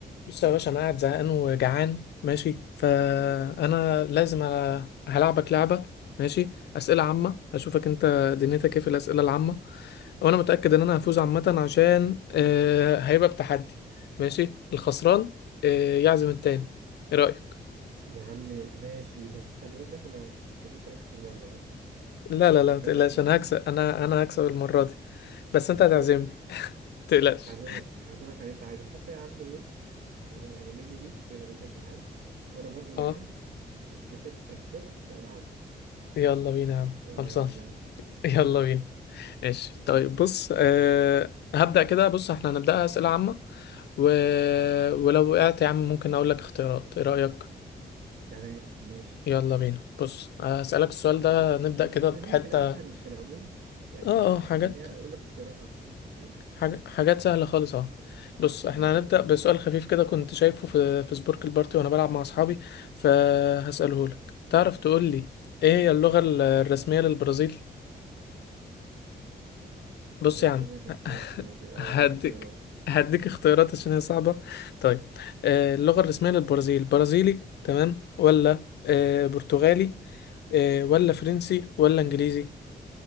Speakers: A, on the left; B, on the right.
A: بص يا باشا انا قاعد زهقان وجعان ماشي فانا لازم أ- هلعبك لعبه ماشي اسئله عامه اشوفك انت دنيتك ايه في الاسئله العامه وانا متاكد ان انا هفوز عامه عشان آه، هيبقى بتحدي ماشي الخسران آه، يعزم التاني ايه رايك
B: يا عم ماشي بس خلي بالك انا كسبتك اخر مرة ها؟
A: لا لا
B: فخد
A: لا
B: بالك
A: ما تقلقش
B: من
A: انا
B: دي
A: هكسب انا انا هكسب المره دي بس
B: هنشوف
A: انت هتعزمني ما تقلقش
B: هعزمك هعزمك على اللي انت عايزه حتى يا عم بص آه، يعني مني ليك بما انك جعان وانا برضو
A: اه
B: جعان كسبت خسرت انا عازمك
A: يلا بينا يا عم
B: ايه رأيك
A: خلصان
B: بقى
A: <laughs> يلا
B: ماشي
A: بينا ماشي
B: طب
A: طيب بص أه هبدأ كده بص احنا هنبدأها أسئلة عامة و... ولو وقعت يا عم ممكن أقول لك اختيارات ايه رأيك
B: تمام ماشي
A: يلا بينا بص هسألك السؤال ده نبدأ
B: بس
A: كده
B: خليها
A: بحتة
B: في الاسهل
A: اه
B: في العموم يعني
A: اه
B: في الاسهل
A: حاجات
B: خليها يقول اختيارات على طول فاهم
A: حاج... حاجات سهلة خالص اه بص
B: تمام
A: احنا هنبدأ بسؤال خفيف كده كنت شايفه في في سبورك البارتي وانا بلعب مع اصحابي فهسأله لك تعرف تقول لي ايه هي اللغة ال- الرسمية للبرازيل بص
B: اللغة
A: يا عم
B: الرسمية للبرازيل اه
A: هديك
B: دي اختيارات
A: هديك اختيارات عشان هي صعبة طيب آه، اللغة الرسمية للبرازيل برازيلي تمام ولا آه، برتغالي آه، ولا فرنسي ولا انجليزي